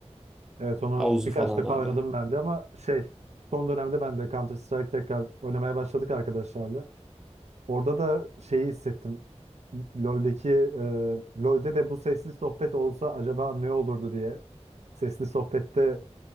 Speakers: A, on the right; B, in the centre.
A: Evet onu
B: Havuzu
A: birkaç
B: falan
A: defa
B: vardı.
A: oynadım ben de ama şey son dönemde ben de Counter Strike tekrar oynamaya başladık arkadaşlarla. Orada da şeyi hissettim. LoL'deki e, LoL'de de bu sesli sohbet olsa acaba ne olurdu diye. Sesli sohbette